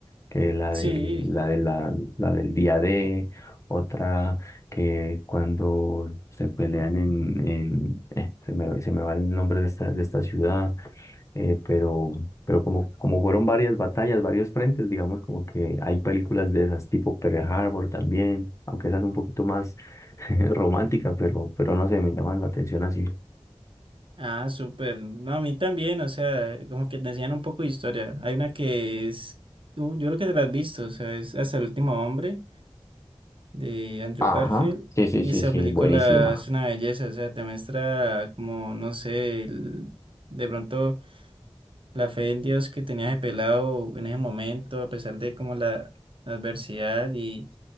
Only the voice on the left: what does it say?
que la
del, la de la, la del día D, otra que cuando se pelean en, en eh, se me, se me va el nombre de esta, de esta ciudad, eh, pero, pero como, como fueron varias batallas, varios frentes, digamos como que hay películas de esas, tipo Pearl Harbor también, aunque esa es un poquito más <laughs> romántica, pero, pero no sé, me llaman la atención así.
Ajá,
sí, sí,
sí,
sí,
buenísima.